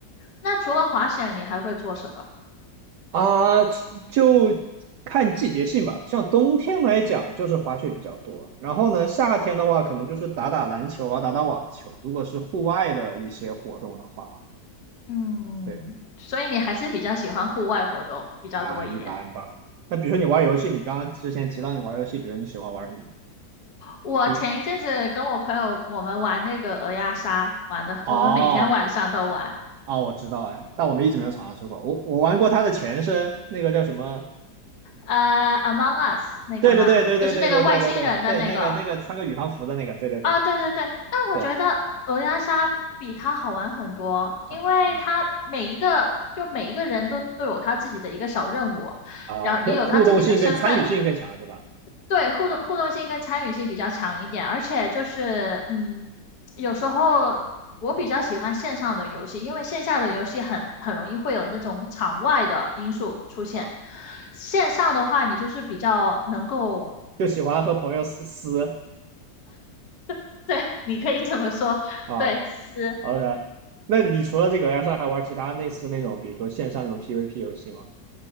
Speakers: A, on the left (about 60°); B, on the right (about 70°).
A: 那除了滑雪，你还会做什么？
B: 啊。就看季节性吧，像冬天来讲就是滑雪比较多，然后呢，夏天的话可能就是打打篮球啊，打打网球。如果是户外的一些活动的话，
A: 嗯，
B: 对
A: 所以你还是比较喜欢户外活动比较多一点。
B: 啊，一般吧。那比如说你玩游戏，你刚刚之前提到你玩游戏，比如你喜欢玩什么？
A: 我前一阵子跟我朋友我们玩那个鹅鸭杀，
B: 你
A: 玩的我们每天晚上都玩。
B: 哦哦，我知道哎，但我们一直没有尝试过。我我玩过它的前身，那个叫什么？
A: 呃，Among Us 那个吗？
B: 对对对对对对对对对对对，
A: 就是那个外星人的那个
B: 那个那个穿个宇航服的那个，对对对
A: 啊，对对对。但我觉得鹅鸭杀比它好玩很多，
B: 对
A: 因为它每一个就每一个人都都有他自己的一个小任务，
B: 啊啊，
A: 然后也有他自己的身份。
B: 是互动性更参与性更强是吧？
A: 对，互动互动性跟参与性比较强一点，而且就是，嗯，有时候我比较喜欢线上的游戏，因为线下的游戏很很容易会有那种场外的因素出现。
B: 啊，
A: 线上的话，你就是比较能够，
B: 就喜欢和朋友撕撕
A: <laughs> 对，你可以这么说，
B: 啊
A: 对，是，
B: ，OK。那你除了这个 S 二还玩其他类似那种，比如说线上那种 PVP 游戏吗？